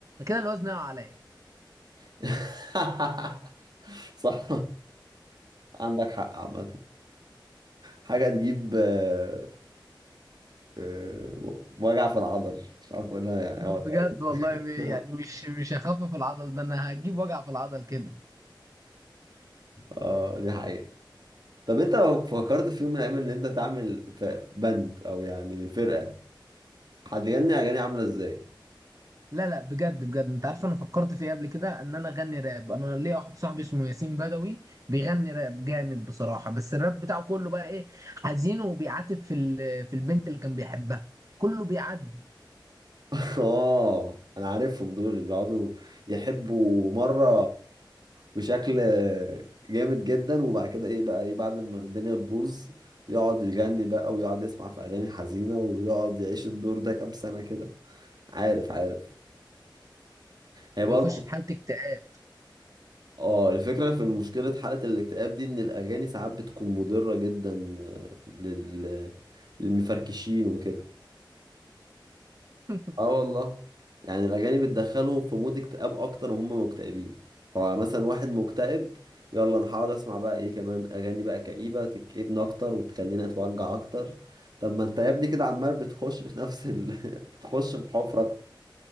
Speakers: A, on the right; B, on the right.
A: كده الوزن يقع عليا
B: <laughs> صح عندك حق عامه <laughs> حاجه تجيب آه، آه، وجع في العضل مش عارف اقولها يعني
A: <laughs> بجد والله ب- يعني
B: اه <laughs>
A: مش مش هخفف العضل ده انا هجيب وجع في العضل كده
B: آه، دي حقيقه طب انت لو فكرت في يوم من الايام ان انت تعمل ف- باند او يعني فرقه هتغني اغاني عامله ازاي
A: لا لا بجد بجد انت عارف انا فكرت في ايه قبل كده ان انا اغني راب انا ليا واحد صاحبي اسمه ياسين بدوي بيغني راب جامد بصراحه بس الراب بتاعه كله بقى ايه حزين وبيعاتب في ال- في البنت اللي كان بيحبها كله بيعاتب
B: <laughs> اه انا عارفهم دول اللي بيقعدوا يحبوا مره بشكل جامد جدا وبعد كده ايه بقى ايه بعد ما الدنيا تبوظ يقعد يغني بقى ويقعد يسمع في اغاني حزينه ويقعد يعيش الدور ده كام سنه كده عارف عارف هي برضه
A: بيخش في حاله اكتئاب
B: اه الفكرة في مشكلة حالة الاكتئاب دي ان الاغاني ساعات بتكون مضرة جدا آه، لل... للمفركشين وكده
A: <laughs>
B: اه والله يعني الاغاني بتدخلهم في مود اكتئاب اكتر وهم مكتئبين فمثلا واحد مكتئب يلا انا هقعد اسمع بقى ايه كمان اغاني بقى كئيبة تكئبني اكتر وتخليني اتوجع اكتر طب ما انت يا ابني كده عمال بتخش في نفس ال... <laughs> بتخش في حفرة اكتر